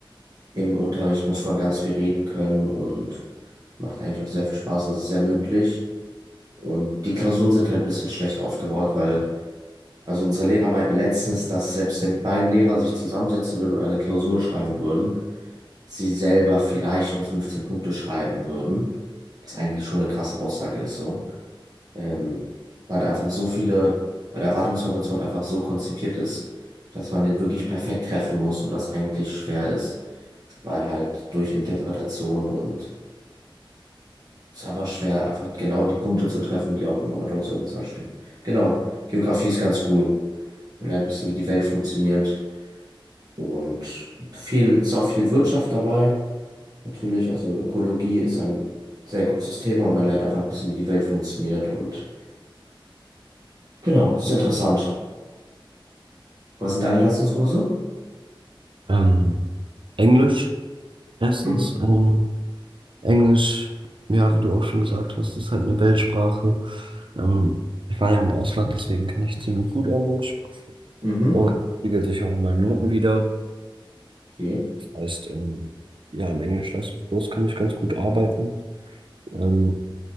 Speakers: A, on the right; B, on the right.
A: im Unterricht muss man ganz viel reden können und macht eigentlich auch sehr viel Spaß. Es ist sehr mündlich und die Klausuren sind halt ein bisschen schlecht aufgebaut, weil Also unsere Lehrer meinten letztens, dass selbst wenn die beiden Lehrer sich zusammensetzen würden und eine Klausur schreiben würden, sie selber vielleicht nur 15 Punkte schreiben würden. Was eigentlich schon eine krasse Aussage ist, so. Ähm, weil da einfach so viele, weil der Erwartungshorizont einfach so konzipiert ist, dass man den wirklich perfekt treffen muss und das eigentlich schwer ist, weil halt durch Interpretation und ist einfach schwer, einfach genau die Punkte zu treffen, die auch im Ordnungshorizont stehen. Genau. Geografie ist ganz cool. Man lernt ein bisschen, wie die Welt funktioniert. Und viel, ist auch viel Wirtschaft dabei. Natürlich, also Ökologie ist ein sehr großes Thema und man lernt einfach ein bisschen, wie die Welt funktioniert. Und genau, ist interessant. Was sind deine Leistungskurse?
B: Ähm, Englisch, erstens.
A: Mhm.
B: Ähm, Englisch, ja, wie du auch schon gesagt hast, ist halt eine Weltsprache. Ähm, ich war ja im Ausland, deswegen kann ich ziemlich gut Englisch.
A: Mhm.
B: Und das spiegelt sich auch in meinen Noten wieder.
A: Okay.
B: Das heißt, ähm, ja, im Englisch-Leistungskurs kann ich ganz gut arbeiten. Ähm,